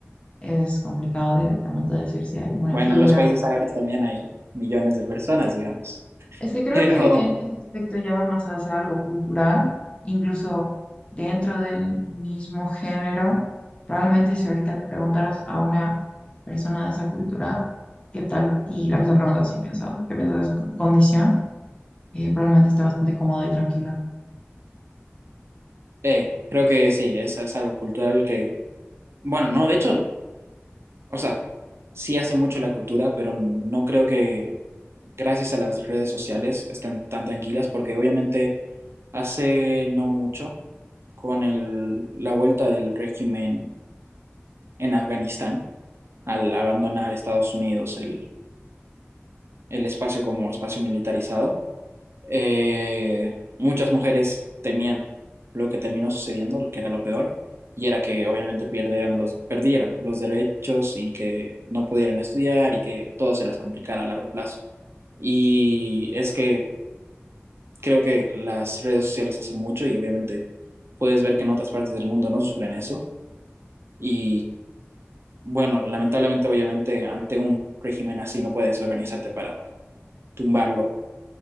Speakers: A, on the left; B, on the right.
A: es complicado directamente decir si hay una
B: Bueno,
A: figura
B: en los países árabes también hay millones de personas, digamos,
A: Es que creo
B: pero
A: que en ese aspecto ya va más hacia algo cultural, incluso dentro del mismo género. Probablemente si ahorita le preguntaras a una persona de esa cultura qué tal, y la misma pregunta si piensa, qué piensa de su c- condición, eh, probablemente esté bastante cómoda y tranquila.
B: eh, creo que sí, eso es algo cultural que, bueno, no, de hecho, o sea, sí hace mucho la cultura, pero no creo que gracias a las redes sociales estén tan tranquilas, porque obviamente hace no mucho, con el, la vuelta del régimen en Afganistán, al abandonar Estados Unidos el, el espacio como espacio militarizado, eh, muchas mujeres temían lo que terminó sucediendo, que era lo peor, y era que obviamente perdieran los, perdieran los derechos y que no pudieran estudiar y que todo se les complicara a largo plazo. Y es que creo que las redes sociales hacen mucho y obviamente puedes ver que en otras partes del mundo no sufren eso. Y bueno, lamentablemente, obviamente, ante un régimen así no puedes organizarte para tumbarlo